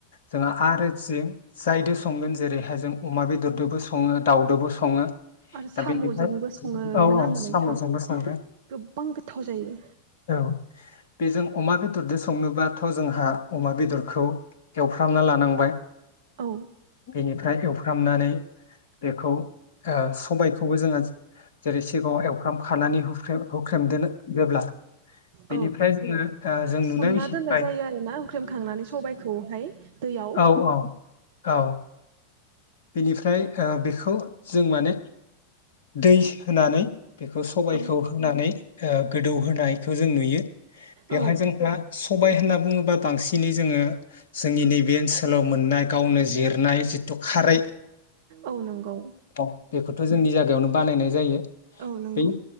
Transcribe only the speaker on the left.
जोंहा आरो जि जायदो संगोन जेरै नाथाय जों अमा बेदरजोंबो सङो दाउदोबो सङो
दा बेनिफ्राय
औ
औ
साम'जोंबो
सङो
औ बेजों अमा बेदरजों संनोबाथ' जोंहा अमा बेदरखौ एवफ्रामना लानांबाय
बेनिफ्राय एवफ्रामनानै बेखौ सबायखौबो जोङो जेरै सिगाङाव एवफ्राम खानानैे होख्रेमदो जोबब्ला बेनिफ्राय
जोङो ओ जों नुनाय
मिथिबाय
औ औ औ बेनिफ्राय ओ बेखौ जों माने दै होनानै बेखौ सबायखौ
होनानै ओ गोदौ होनायखौ जों नुयो बेवहाय
जोंफ्रा सबाय होनना बुङोबा बांसिनै जोङो जोंनि नैबे ओनसोलाव मोननाय गावनो जिरनाय खारै
औ बेखौथ जोंनि जायगायावनो बानायनाय जायो
बे